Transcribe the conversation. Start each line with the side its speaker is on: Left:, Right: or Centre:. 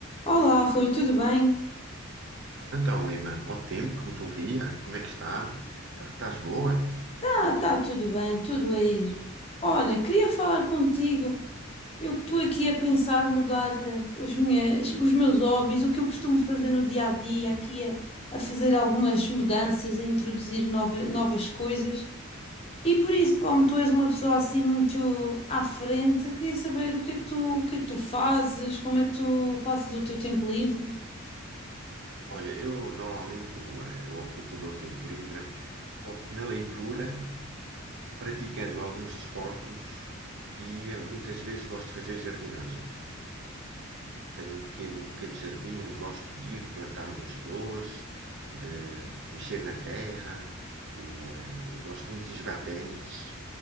Left: Olá, Rui, tudo bem?
Right: Então, Emma, ao tempo que não te ouvia, como é que está? Pá, Estás boa?
Left: Ah, tá tudo bem, tudo a ir. Olha, queria falar contigo. Eu que estou aqui a pensar mudar eh, os, minhas, os meus hobbies, o que eu costumo fazer no dia a dia, aqui a, a fazer algumas mudanças, a introduzir nova, novas coisas. E por isso, como tu és uma pessoa assim muito à frente, queria saber o que é que tu, o que é que tu fazes, como é que tu passas o teu tempo livre.
Right: Olha, eu normalmente eh, eu ocupo o meu tempo livre ou- na leitura, praticando alguns desportos e eh, muitas vezes gosto de fazer jardinagem. Tenho um pequeno, um pequeno jardim onde gosto de ir, de plantar umas flores, de mexer na terra. O, eh, gosto muito de jogar ténis